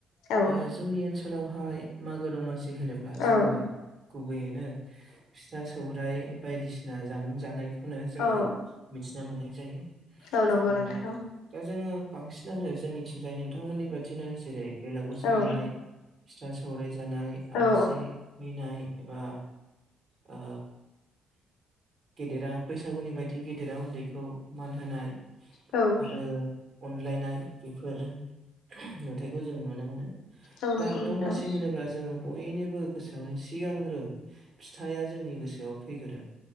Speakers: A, on the left; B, on the right.
A: औ
B: ओ जोंनि ओनसोलावहाय मागो दमासि होनोब ब्ला जोङो
A: औ
B: गुबैयैनो फिथा सौरायाइ बायदिसिना जामुं जानाय खौनो जोङो
A: औ
B: मिथिनो मोननाय जायो।
A: औ नंगौ
B: ओ
A: नोंथां
B: दा जोङो बांसिनानो जोंनिथिंजाय नोंथांमोननि बादिनो जेरै- बेलागुर सावनाय
A: औ
B: फिथा सौराय जानाय आलासि
A: औ
B: फैनाय एबा ओ गेदेरा बैसागुनि बायदि गेदेरा उन्दैखौ मान होनाय
A: औ
B: उम अनलायनाय बेफोर नुथायखौ जों नुनो मोनो।
A: औ नंगौ
B: दा
A: नोंथां
B: दमासि होनोब्ला जोङो बयनिबो गोसोआवनो सिगांग्रो फिथाइा जोंनि गोसोआव फैग्रोयो।